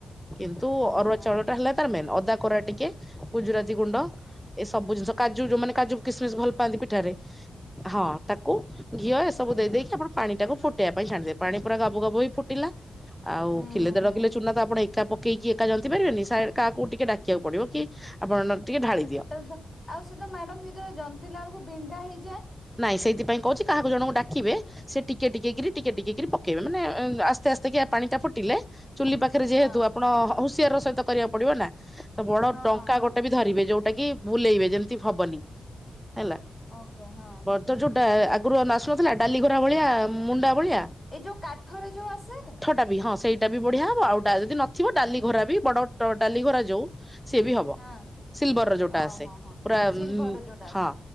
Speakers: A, in the centre; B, on the left (about 25°).
A: କିନ୍ତୁ
B: ହଁ
A: ଅରୁଆ
B: ହଁ
A: ଚାଉଳ
B: ହଁ
A: ଟା ହେଲା ତାର ମେନ୍ ଅଦା ପୁର ଟିକେ ଗୁଜୁରାତି ଗୁଣ୍ଡ ଏ ସବୁ ଜିନିଷ କାଜୁ ଯଉମାନେ କାଜୁ କିସମିସ୍ ଭ ପକାନ୍ତି ପିଠାରେ ହଁ ତାକୁ ଘିଅ ଏସବୁ ଦେଇ ଦେଇକି ଆପଣ ପାଣି ଟାକୁ ଫୁଟେଇବା ପାଇଁ ଛାଣିଦେବେ ପାଣି ପୁରା ଗାବୁ ଗାବୁ ହେଇ ଫୁଟିଲା। ଆଉ
B: ହୁଁ
A: କିଲେ
B: ହୁଁ
A: ଦେଢ
B: ହୁଁ।
A: କିଲେ ଚୁନା ତ ଆପଣ ଏକା ପକେଇକି ଏକା ଜନ୍ତି ପାରିବେନି ସା କାକୁ ଟିକେ ଡା ଦେକିଆକୁ ପଡ଼ିବକି ଆପଣ ନହେଲେ ଟିକେ ଢାଳି ଦିଅ। ତ
B: ସେତ ଆଉ ସେ ତ ମ୍ୟାଡମ ଯେତବେଳେ ଜନ୍ତିିଲାଳକୁ ବିଣ୍ଡା ହେଇଯାଏ
A: ନାଇ ସେଇଥିପାଇ କହୁଚି କାହାକୁ ଜଣଙ୍କୁ ଡାକିବେ। ସେ ଟିକେ ଟିକେକିରି ଟିକେ ଟିକେକିରି ପକେଇବେ ମାନେ ଆସ୍ତେ ଆସ୍ତେ କି ପାଣି ଟା ଫୁଟିଲେ ଚୁଲି ପା ଖେରେ ଯେହେତୁ
B: ହଁ
A: ଆପଣ ହ୍ ହୁସିଆର ର ସହିତ କରିବାକୁ ପଡିବ ନା ତ ବଡ
B: ହଁ
A: ଟଙ୍କା
B: ହଁ ହଁ
A: ଗୋଟେ ବି ସେ ଧରିବେ ଯୋଉଟା କି ବୁଲେଇବେ ଯେମତି ହବନି ହେଲା।
B: ଓକେ ହଁ।
A: ତ ଯୋଉଟା ଆଗୁରୁ ନା ଆସୁନଥିଲା ଡାଲି ଘୋରା ଭଳିଆ ମୁଣ୍ଡା ଭଳିଆ।
B: ଏ ଯୋଉ କାଠରେ ଯୋଉ ଆସେ
A: ଟାବି ହଁ ସେଇଟା ବି ବଢିଆ ହବ ଆଉ ଡା ଯଦି ନଥିବ ଡାଲି ଘୋରା ବି ବଡ ଡ ଡାଲି ଘୋରା ଯୋଉ ସିଏ ବି ହବ
B: ହଁ
A: ସିଲଭର ର ଯୋଉଟା
B: ଓହୋ
A: ଆସେ
B: ହଁ
A: ପୁରା ଉଁ
B: ସିଲଭର ଯୋଉଟା
A: ହଁ।
B: ଆସେ